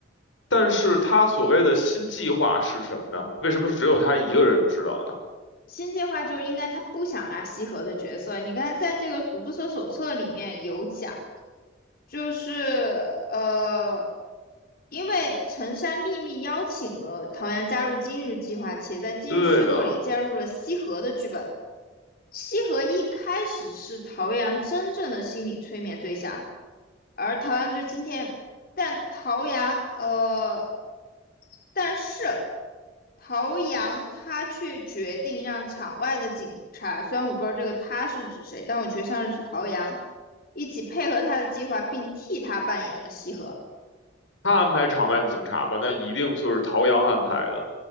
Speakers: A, on the left (about 80°); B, on the left (about 50°).
A: 但是他所谓的新计划是什么呢？为什么只有他一个人知道呢？
B: 新计划就是应该他不想拉西河的角色。你看，在这个组织者手册里面有讲，就是呃，因为陈山秘密邀请了陶阳加入今日计划，且在今日虚构里加入了西河的剧本。
A: 对的，
B: 西河一开始是陶阳真正的心理催眠对象，而陶阳就是今天，但陶阳呃，但是陶阳他却决定让场外的警察，虽然我不知道这个他是指谁，但我觉得像是指陶阳，一起配合他的计划，并替他扮演了西河。
A: 他安排场外的警察吧，那一定就是陶阳安排的，